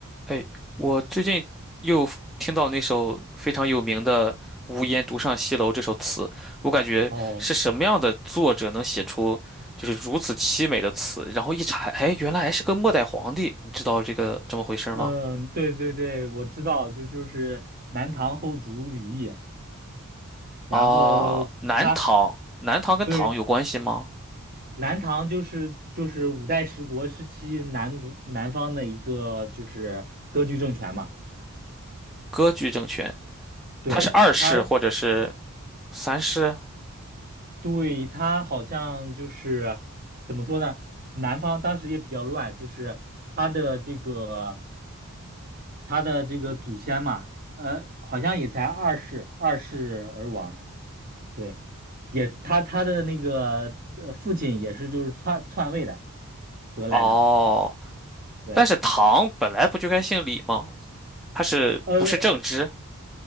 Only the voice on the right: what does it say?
哦，
嗯，对对对，我知道，就就是南唐后主李毅，然后他
对南唐就是就是五代十国时期南国南方的一个就是割据政权嘛，
对他
对他好像就是怎么说呢？南方当时也比较乱，就是他的这个他的这个祖先嘛，呃，好像也才二世二世而亡。对，也他他的那个呃父亲也是就是篡篡位的得来的，
对，
呃